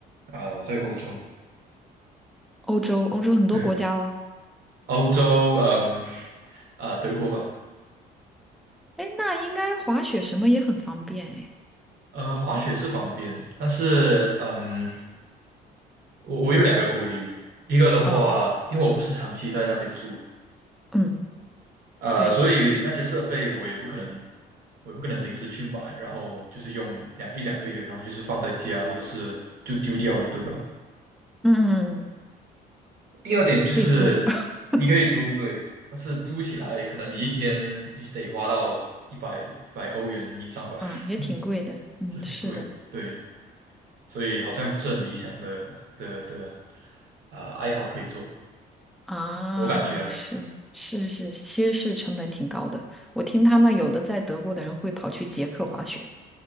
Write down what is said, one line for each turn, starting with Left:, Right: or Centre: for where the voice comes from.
Right: 啊、我在欧洲，
Centre: 欧洲，欧洲很多国家哦。
Right: 对，欧洲，嗯啊、德国吧，
Centre: 哎，那应该滑雪什么也很方便哎。
Right: 呃，滑雪是方便，但是嗯，我我有两个顾虑，一个的话，
Centre: 嗯
Right: 因为我不是长期在那边住。
Centre: 嗯，
Right: 呃，
Centre: 对，
Right: 所以那些设备我也不可能，我也不可能临时去买，然后就是用两一两个月，然后就是放在家或者是就丢掉了，对吧？
Centre: 嗯嗯嗯，
Right: 第二点就是你可以租，
Centre: 可以租，<laughs>
Right: 对，但是租起来可能你一天你得花到一百一百欧元以上吧，
Centre: 嗯，也挺贵的。
Right: <laughs>
Centre: 嗯，
Right: 是很贵，
Centre: 是的，
Right: 对，所以好像不是很理想的的的啊、爱好可以做，
Centre: 啊，
Right: 我感觉了。
Centre: 是是是，其实是成本挺高的。我听他们有的在德国的人会跑去捷克滑雪，